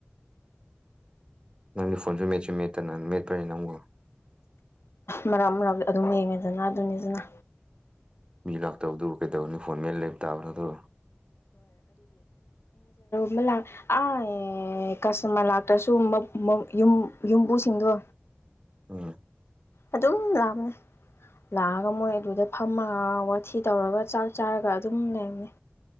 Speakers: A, on the right; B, on the left.
A: ꯅꯪꯗꯤ ꯐꯣꯟꯁꯨ ꯃꯦꯠꯁꯨ ꯃꯦꯠꯇꯅ ꯃꯦꯠꯄ꯭ꯔꯅꯦ ꯅꯪꯕꯣ
B: ꯃꯔꯛ ꯃꯔꯛ ꯑꯗꯨꯝ ꯌꯦꯡꯉꯦꯗꯅꯥ ꯑꯗꯨꯅꯤꯗꯅꯥ
A: ꯃꯤ ꯂꯥꯛꯇꯕꯗꯨꯕꯨ ꯀꯩꯗꯧꯅꯤ ꯐꯣꯟ ꯃꯦꯠ ꯂꯩꯕ ꯇꯥꯕ ꯅꯗꯣ
B: ꯃ ꯂꯥꯛ ꯑꯥꯏ ꯀꯁꯇꯃꯔ ꯂꯥꯛꯇ꯭ꯔꯁꯨ ꯃ ꯃ ꯌꯨꯝ ꯌꯨꯝꯕꯨꯁꯤꯡꯗꯣ
A: ꯎꯝ
B: ꯑꯗꯨꯝ ꯂꯥꯛꯕꯅꯦ ꯂꯥꯛꯑꯒ ꯃꯣꯏ ꯑꯗꯨꯗ ꯐꯝꯃꯒ ꯋꯥꯊꯤ ꯇꯧꯔꯒ ꯆꯥꯛ ꯆꯥꯔꯒ ꯑꯗꯨꯝ ꯂꯩꯕꯅꯦ